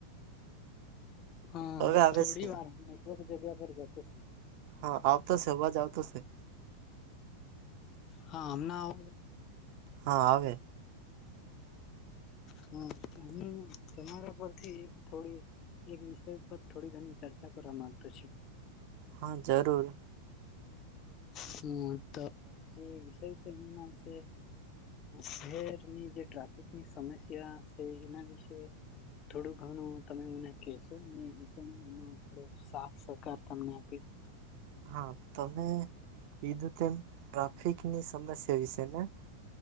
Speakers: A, on the left; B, on the right.
A: હા
B: અ હવે આવે
A: થોડી
B: છે
A: વાર હું નેટવર્ક જગ્યા પર જતો છું
B: હા આવતોશે અવાજ આવતોશે
A: હા આમના આવજ
B: હા આવે
A: હમ હુ તમારા પરથી એક થોડી એક વિષય પર થોડી ઘણી ચર્ચા કરવા માંગતો છે.
B: હા જરૂર
A: હમ તો જે વિષય છે એનું નામ છે શહેરની જે ટ્રાફિકની સમસ્યા છે એના વિશે થોડું ઘણું તમે મને કહેશો ને હું પણ એમાં થોડો સાફ સહકાર તમને આપી
B: <inaudible> હા. તમે કીધું તેમ, ટ્રાફિકની સમસ્યા વિશે ને.